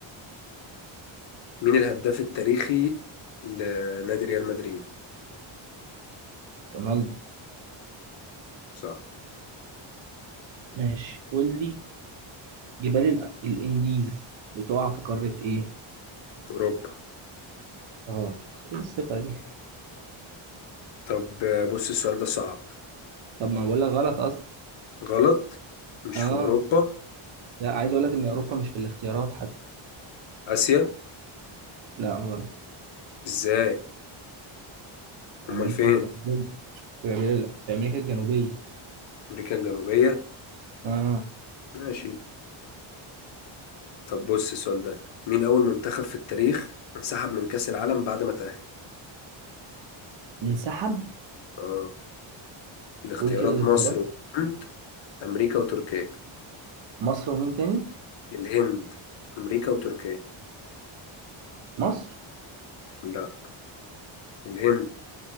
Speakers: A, on the left; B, on the right.
A: مين الهداف التاريخي لنادي ريال مدريد؟
B: رونالدو
A: صح
B: ماشي قول لي جبال ال- الانديز بتقع في قارة ايه؟
A: أوروبا
B: غلط ايه الثقة دي؟
A: طب آه، بص السؤال ده صعب
B: طب ما بقول لك غلط اصلا
A: غلط مش
B: اه
A: في أوروبا
B: لا عايز اقول لك ان اوروبا مش في الاختيارات حتى
A: آسيا
B: لا برضه
A: إزاي؟
B: في
A: أمال
B: امريكا
A: فين؟
B: الجنوبية في أمريكا في امريكا الجنوبية
A: أمريكا الجنوبية
B: اه
A: ماشي طب بص السؤال ده مين أول منتخب في التاريخ انسحب من كأس العالم بعد ما تأهل؟
B: انسحب
A: اه الاختيارات
B: قول كده الاختيارات
A: مصر وهند أمريكا وتركيا
B: مصر ومين تاني؟
A: الهند أمريكا وتركيا
B: مصر
A: لا الهند